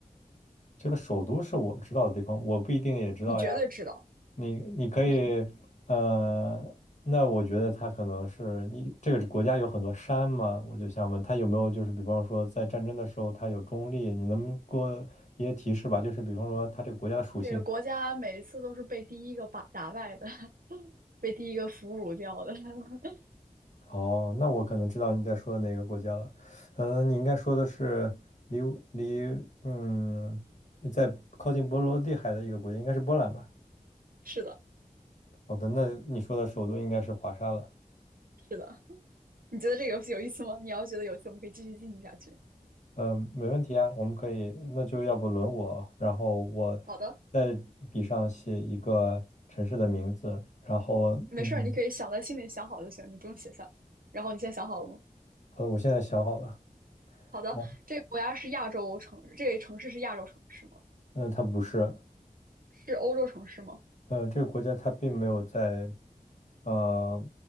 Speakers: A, on the left; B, on the right.
A: 这个首都是我知道的地方，我不一定也知道呀。
B: 你绝对知道。
A: 你你可以，
B: 你
A: 呃，那我觉得它可能是你这个国家有很多山嘛，我就想问它有没有就是比方说在战争的时候它有中立，你能不能给我一些提示吧？就是比方说它这个国家的属性。
B: 这个国家每次都是被第一个把打败的，<laughs> 被第一个俘虏掉的。<laughs>
A: 哦，那我可能知道你在说哪个国家了。嗯，你应该说的是离离嗯，在靠近波罗的海的一个国家，应该是波兰吧？
B: 是的，
A: 好的，那你说的首都应该是华沙了。
B: 是的。你觉得这个游戏有意思吗？你要觉得有意思，我们可以继续进行下去。
A: 嗯，没问题啊，我们可以，那就要不轮我，然后我
B: 好的，
A: 在笔上写一个城市的名字，然后嗯，
B: 没事儿，你可以想在心里想好就行，你不用写下。然后你现在想好了吗？
A: 好的，我现在想好了。
B: 好的，
A: 嗯，
B: 这个国家是亚洲城，这个城市是亚洲城市吗？
A: 嗯它不是，
B: 是欧洲城市吗？
A: 嗯，这个国家它并没有在呃，